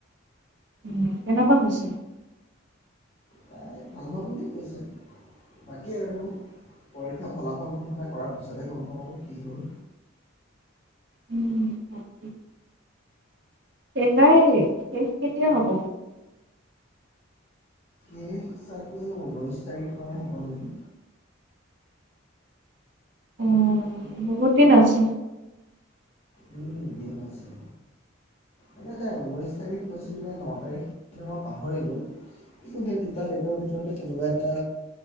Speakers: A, on the right; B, on the left.
A: উম কেনেকুৱা হৈছে
B: প্ৰায় ভালবোৱা বুলিয় কৈছে বাকী আৰু পৰীক্ষা ফলাফল ঘোষণা কৰাৰ পিছতহে গম পামা কি হ'ল
A: উম তাক সেইটাই শেষ কেতিয়া হব
B: এই তাকে ঊলৈশ তাৰিখ মানে হ'ব নেকি
A: উ বহুত দিন আছে
B: উম বহুত আছে এনে তাই ঊনৈছ তাৰিখ কৰিল নে ন তাৰিখ মই পাহৰিলোঁ কিন্তু সেই দুটা ডেটৰ ভিতৰতে কোনোবা এটা